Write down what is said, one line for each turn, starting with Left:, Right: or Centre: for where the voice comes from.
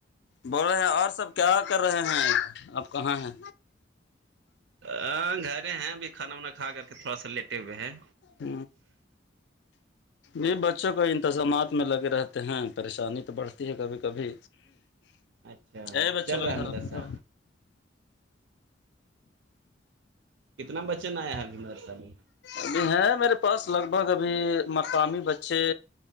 Left: بول رہے ہیں اور سب کیا کر رہے ہیں اب کہاں ہیں
Right: ہ گھر ہیں ابھی کھانا وانا کھا کر کے تھوڑا سا لیٹے ہوئے ہیں
Left: ہ یہ بچوں کا انتظامات میں لگ رہتا ہیں پریشانی تو بڑھتی ہے کبھی کبھی
Right: اچھا
Left: اے بچے
Right: چل
Left: لوگ
Right: رہا
Left: ادھر
Right: ہے مدرسہ
Left: ادھر
Right: کتنا بچن آیا ہے ابھی نرس میں
Left: ابھی ہے میرے پاس لگ بھگ ابھی مقامی بچے